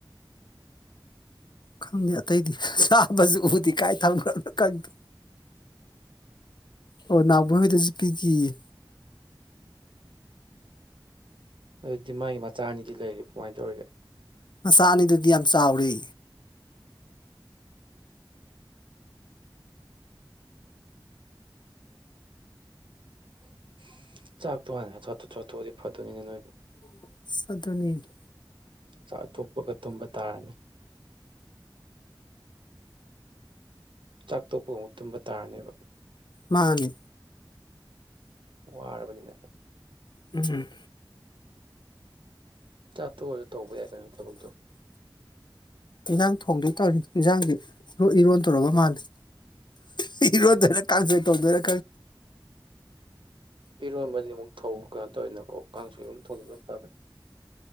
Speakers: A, on the left; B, on the right.
A: ꯈꯪꯗꯦ ꯑꯇꯩꯗꯤ ꯆꯥꯕꯁꯨ ꯎꯗꯤ ꯀꯥꯏ ꯊꯕꯣꯅꯣ ꯈꯪꯗꯦ ꯑꯣ ꯅꯍꯕꯣꯏ ꯍꯣꯏꯗꯁꯨ ꯄꯤꯈꯤꯌꯦ
B: ꯑꯗꯨꯗꯤ ꯃꯥꯒꯤ ꯃꯆꯥ ꯑꯅꯤꯗꯤ ꯂꯩꯔꯤꯕꯣ ꯀꯃꯥꯏꯅ ꯇꯧꯔꯤꯒꯦ
A: ꯁꯥ ꯑꯅꯤꯗꯨꯗꯤ ꯌꯥꯝ ꯆꯥꯎꯔꯤ
B: <inaudible> ꯆꯥꯛ ꯇꯨ ꯍꯥꯟ <unintelligible> <unintelligible> ꯐꯗꯣꯏꯅꯤꯅꯦ ꯅꯣꯏꯕ
A: ꯎꯟ ꯑꯗꯨꯨꯅꯤꯅꯦ
B: ꯆꯥꯛꯊꯣꯛꯄꯒ ꯇꯨꯝꯕ ꯇꯥꯔꯅꯤ ꯆꯥꯛ ꯇꯣꯛ ꯄꯨꯡ ꯇꯨꯝꯕ ꯇꯥꯔꯅꯦꯕ
A: ꯃꯥꯅꯦ
B: ꯋꯥꯔꯕꯅꯤꯅ
A: ꯎꯝ
B: ꯆꯥꯠꯇꯣꯛꯑꯁꯨ ꯇꯧꯕ ꯌꯥꯏ ꯀꯩꯅꯣ ꯊꯕꯛꯇꯣ
A: ꯏꯟꯖꯥꯡ ꯊꯣꯡꯗꫭꯏ ꯇꯧꯔꯤ ꯏꯟꯁꯥꯡꯗꯤ ꯏꯔꯣꯟ ꯇꯧꯔꯕ ꯃꯥꯜꯂꯤ ꯏꯔꯣꯟꯗꯣꯏꯔ ꯀꯥꯡꯁꫭꯏ ꯇꯧꯗꯣꯏꯔꯥ
B: ꯏꯔꯣꯟꯕꯗꯤ ꯑꯃꯨꯛ ꯊꯧꯕ ꯀꯩꯅꯣ ꯇꯧꯋꯤꯅꯀꯣ ꯀꯥꯡꯁꯣꯏ ꯑꯗꯨ ꯊꯣꯡꯅꯤꯡꯕ ꯐꯕꯅꯤ